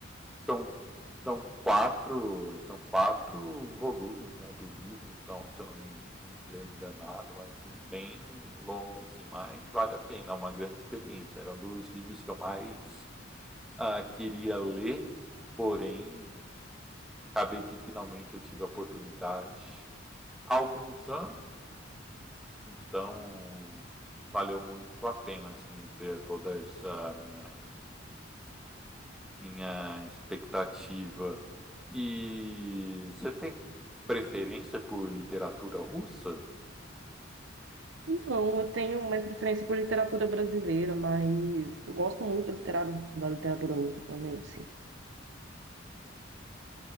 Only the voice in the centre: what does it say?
são, são, quatro, são quatro volumes né, do livro, então, se eu não me não estiver enganado, mas assim, bem longo, assim, mas vale a pena, é uma grande experiência. Era um dos livros que eu mais ah, queria ler, porém, acabei que finalmente eu tive a oportunidade há alguns anos, então valeu muito a pena assim ter toda essa minha Minha expectativa. E você tem preferência por literatura russa?